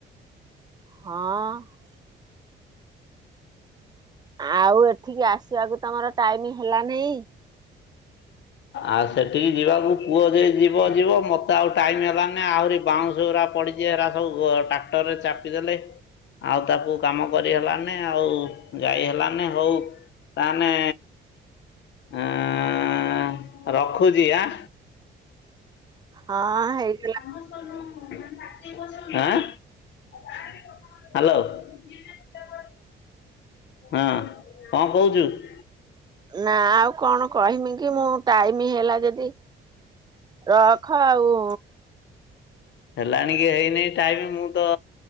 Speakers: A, on the right; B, on the left.
A: ହଁ। ଆଉ ଏଠିକି ଆସିବାକୁ ତମର ଟାଇମ ହେଲାନାଇଁ।
B: ଆଉ ସେଠିକି ଯିବାକୁ ପୁଅ ଯ ଯିବ ଯିବ ମତେ ଆଉ ଟାଇମ୍ ହେଲାନି ଆହୁରି ବାଉଁଶ ଗୁରା ପଡି ଷଚି ହେରା ସବୁ ଟ୍ରାକ୍ଟର ରେ ଚାପିଦେଲେ ଆଉ ତାକୁ କାମ କରି ହେଲାନି। ନି ଆଉ ଯାଇ ହେଲାନେଇ ହଉ ତାନେ ଆଁ ଅଁ ରଖୁଛି ଆଁ।
A: ହଁ ହେଇ
B: <inaudible> ଆଁ। ହ୍ୟାଲୋ ହଁ। କଁ କହୁଚୁ।
A: ନା ଆଉ କଣ କହିମି କି ମୁଁ ଟାଇମ ହେଲା ଯଦି ରଖ ଆଉ।
B: ହେଲାଣିିକି ହେଇନେଇ ଟାଇମ ମୁଁ ତ